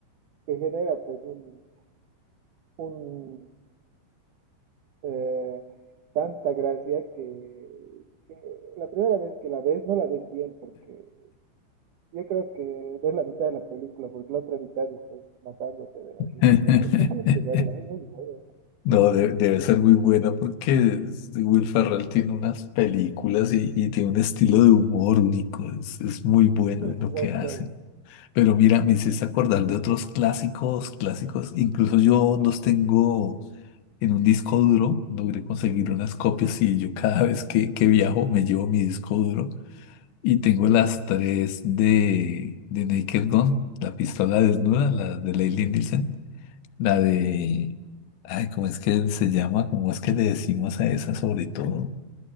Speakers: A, on the right (about 70°); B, on the left (about 80°).
A: te genera pues un, un, eh, tanta gracia que, que la primera vez que la ves no la ves bien porque Yo creo que ves la mitad de la película, porque la otra mitad estás matándote de la risa.
B: <laughs>
A: tenías que verla, es muy buena.
B: No, de- debe ser muy buena porque es- Will Ferrell tiene unas películas y, y tiene un estilo de humor único. Es, es muy bueno
A: Exacto.
B: en lo que hace. Pero mira, me hiciste acordar de otros clásicos, clásicos. Incluso yo los tengo en un disco duro. Logré conseguir unas copias y yo cada vez que, que viajo me llevo mi disco duro. Y tengo las tres de, de Naked Gun, la pistola desnuda, la de Leslie Nielsen, la de... Ay, ¿cómo es que se llama? ¿Cómo es que le decimos a esa sobre todo?